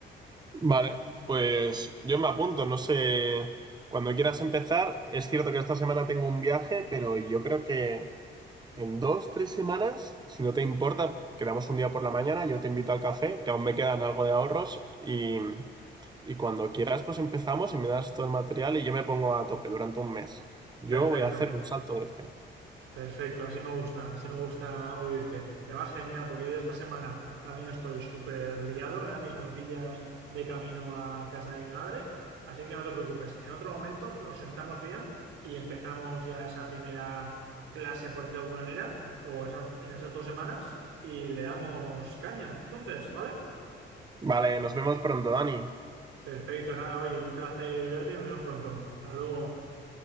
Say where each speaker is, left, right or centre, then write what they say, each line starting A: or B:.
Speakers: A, on the right; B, on the right.
A: Vale, pues yo me apunto, no sé, cuando quieras empezar, es cierto que esta semana tengo un viaje, pero yo creo que en dos, tres semanas, si no te importa, quedamos un día por la mañana, yo te invito al café, que aún me quedan algo de ahorros y, y cuando quieras pues empezamos y me das todo el material y yo me pongo a tope durante un mes. Yo
B: Perfecto,
A: voy a hacer un salto de fe.
B: perfecto, así me gusta, así me gusta oírte. Y además genial, porque yo esta semana también estoy súper liado, ahora mismo me pillas de camino a casa de mi madre, así que no te preocupes, en otro momento nos sentamos bien y empezamos ya esa primera clase, por decirlo de alguna manera, o esas, en esas dos semanas y le damos caña. Entonces, ¿vale?
A: Vale, nos vemos pronto, Dani.
B: Perfecto, nada, oye, un placer verte y nos vemos pronto. Hasta luego.